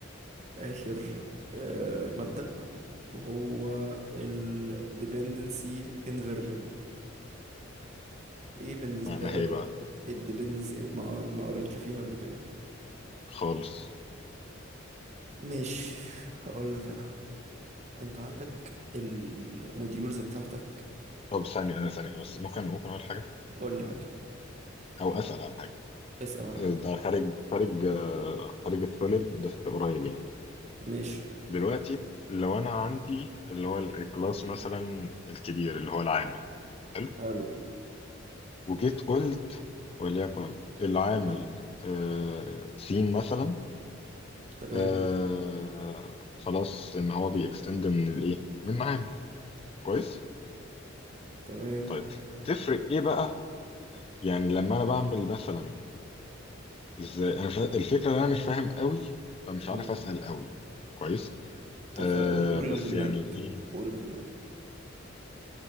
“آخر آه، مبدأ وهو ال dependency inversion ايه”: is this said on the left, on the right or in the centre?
Right